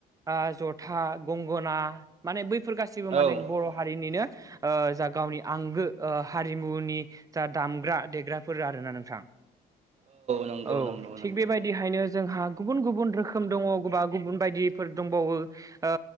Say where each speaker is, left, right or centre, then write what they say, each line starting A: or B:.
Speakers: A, on the right (about 20°); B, on the right (about 40°).
A: ओ जथा, गंगना माने बैफोर गासिबो
B: औ
A: माने बर' हारिनिनो ओ जा गावनि आंगो हारिमुनि जा दामग्रा देग्राफोर आरोना नोंथां
B: नंगौ
A: औ
B: नंगौ
A: थिग
B: नंगौ
A: बे बेबायदिहायनो जोंहा गुबुन गुबुन रोखोम दङ बा गुबुन बायदिफोर दंबावो। ओ